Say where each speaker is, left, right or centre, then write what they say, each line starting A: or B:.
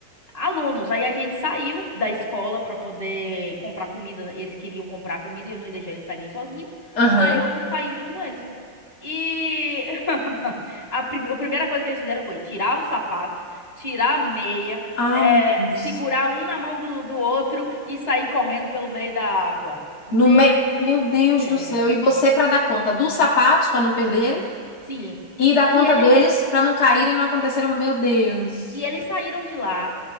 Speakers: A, on the left; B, on the left.
A: alunos. Aí a gente saiu da escola para poder comprar comida. Eles queriam comprar comida e eu não ia deixar eles saírem sozinhos.
B: aham.
A: Aí eu saí junto com eles. E <laughs> a, prime- a primeira coisa que eles fizeram foi tirar o sapato, tirar a meia,
B: Ah,
A: eh,
B: meu Deus.
A: segurar um na mão do, do outro e sair correndo pelo meio da água. Meu
B: No meio.
A: Deus
B: Meu
A: do
B: Deus do
A: céu.
B: céu. E você para dar conta dos sapatos para não perderem
A: Sim.
B: e dar
A: E
B: conta
A: eles.
B: deles para não caírem e não acontecerem. um, Meu Deus.
A: Sim, E eles saíram de lá,